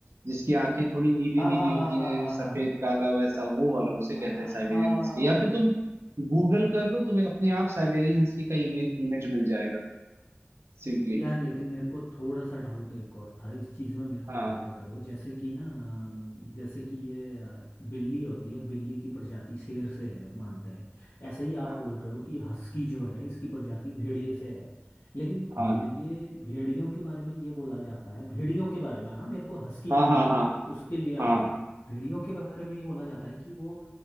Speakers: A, on the right (about 80°); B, on the left (about 80°).
A: जिसकी आंखें थोड़ी नीली
B: हाँ
A: नीली
B: हाँ
A: होती
B: हाँ हाँ हाँ
A: हैं
B: हाँ हाँ
A: सफेद
B: हाँ हाँ
A: काला वैसा वो वाला उसे कहते
B: आ-
A: हैं साइबेरियन
B: हाँ
A: हस्की या फिर तुम गूगल कर लो तुम्हें अपने आप साइबेरियन हस्की का इमेज मिल जाएगा सिंपली
B: यार लेकिन मेरे को थोड़ा सा डाउट एक और था इस चीज़ में मेरे को
A: हाँ
B: क्लियर करो जैसे कि ना अम, जैसे कि ये अ, बिल्ली होती है बिल्ली की प्रजाति शेर से है मानते हैं ऐसा ही
A: हाँ
B: आप बोल रहे हो कि हस्की जो है इसकी प्रजाति भेड़िए से है लेकिन
A: हाँ
B: भेड़िए भेड़ियों के बारे में ये बोला जाता है भेड़ियों के बारे में हाँ मेरे को हस्की
A: हाँ
B: का नहीं
A: हाँ
B: पता
A: हाँ
B: उसके लिए आप
A: हाँ
B: बता भेड़ियों के बारे में ये बोला जाता है कि वो